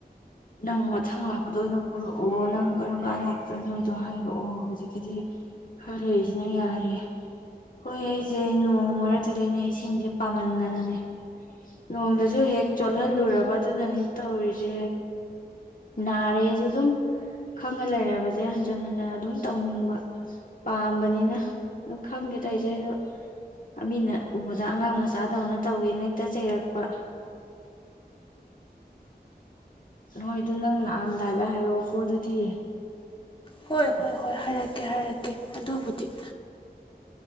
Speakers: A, on the left (about 55°); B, on the left (about 30°).
A: ꯅꯪ ꯃꯊꯪ ꯂꯥꯛꯄꯗ ꯑꯣꯏꯅ ꯄꯨꯔꯛꯑꯣ ꯅꯪ ꯀꯔꯝ ꯀꯥꯟ ꯂꯥꯛꯇꯣꯏꯅꯣꯗꯣ ꯍꯥꯏꯔꯛꯑꯣ ꯍꯧꯖꯤꯛꯀꯤꯗꯤ ꯈꯔ ꯂꯩꯔꯤꯁꯤꯅ ꯌꯥꯔꯤ ꯍꯣꯏ ꯑꯩꯁꯦ ꯅꯣꯡ ꯃꯔꯛꯇꯨꯗꯩꯅꯦ ꯏꯁꯤꯡꯁꯦ ꯄꯥꯝꯃꯟꯗꯅꯅꯦ ꯅꯣꯡꯗꯁꯨ ꯍꯦꯛ ꯆꯣꯠꯍꯜꯂꯨꯔꯕ ꯑꯗꯨꯅꯅꯤ ꯇꯧꯔꯤꯁꯦ ꯅꯥꯔꯦꯁꯨ ꯑꯗꯨꯝ ꯈꯪꯉ ꯂꯩꯔꯕꯁꯦ ꯍꯟꯖꯟ ꯍꯟꯖꯟ ꯑꯗꯨꯝ ꯇꯧꯅꯤꯡꯕ ꯄꯥꯝꯕꯅꯤꯅ ꯑꯗꯨꯝ ꯈꯪꯗꯦ ꯏꯆꯂ ꯑꯗꯣ ꯃꯤꯅ ꯎꯕꯗ ꯑꯉꯥꯡ ꯃꯆꯥꯗꯧꯅ ꯇꯧꯋꯦꯅ ꯇ ꯆꯩꯔꯛꯄ ꯅꯣꯏ ꯑꯗꯨ ꯅꯪ ꯂꯥꯛꯑꯝꯗꯥꯏꯗ ꯍꯥꯏꯔꯛꯑꯣꯀꯣ ꯑꯗꯨꯗꯤ
B: ꯍꯣꯏ ꯍꯣꯏ ꯍꯣꯏ ꯍꯥꯏꯔꯛꯀꯦ ꯍꯥꯏꯔꯛꯀꯦ ꯑꯗꯨꯕꯨꯗꯤ